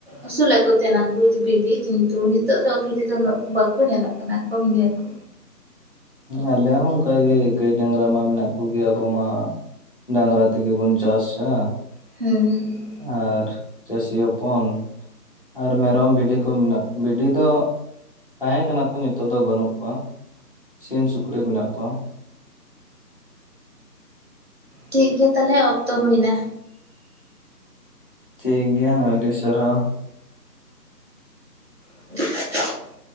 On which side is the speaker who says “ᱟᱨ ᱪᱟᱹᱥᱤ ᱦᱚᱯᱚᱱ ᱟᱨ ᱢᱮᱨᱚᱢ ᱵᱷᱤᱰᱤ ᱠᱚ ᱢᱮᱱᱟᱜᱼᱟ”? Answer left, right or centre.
Left